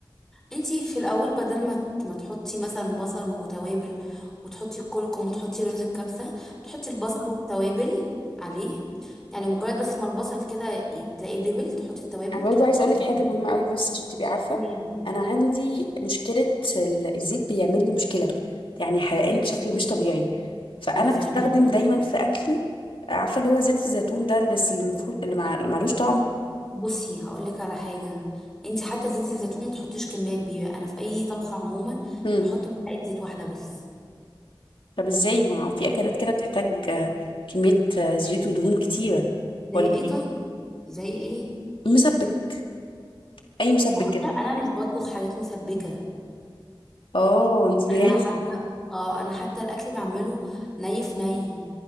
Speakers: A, in the centre; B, on the left (about 80°).
A: انتي في الاول بدل ما ت- ما تحطي مثلا بصل وتوابل وتحطي الكركم وتحطي رز الكبسه تحطي البصل والتوابل عليه يعني مجرد بس ما البصل كده ي- تلاقيه دبل تحطي التوابل
B: انا
A: وتحطي
B: برضو عايزه اقول
A: عليه
B: لك حاجه مهمه قوي بس عشان تبقي عارفه
A: قولي
B: انا عندي مشكله ال- الزيت بيعمل لي مشكله يعني حرقان بشكل مش طبيعي فانا
A: انا فاهماكي
B: بستخدم دايما في اكلي عارفه اللي هو زيت الزيتون ده اللي س- المفهول اللي مع- اللي معلوش طعم
A: بصي هقولك على حاجه انتي حتى زيت الزيتون ما تحطيش كميه كبيره انا في اي طبخه عموما
B: مم.
A: بحط معلقه زيت واحده بس
B: طب ازاي ما هو في اكلات كده بتحتاج آه، كميه آه، زيوت ودهون كتيره
A: زي
B: ولا
A: ايه
B: ايه
A: طيب زي ايه
B: مسبك اي مسبك
A: ما هو
B: كده
A: انا أنا مش بطبخ حاجات مسبكه
B: اه انتي بهيلثي
A: انا حتى اه انا حتى الاكل بعمله ني في ني